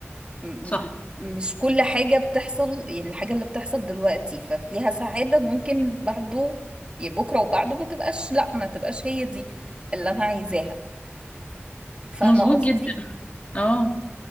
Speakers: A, on the right (about 25°); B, on the left (about 30°).
A: م-
B: صح
A: مش كل حاجة بتحصل يعني الحاجة اللي بتحصل دلوقتي ففيها سعادة ممكن بعده يعني بكرة وبعده ما تبقاش لا ما تبقاش هي دي اللي أنا عايزاها فاهمة
B: مظبوط
A: قصدي؟
B: جدا اه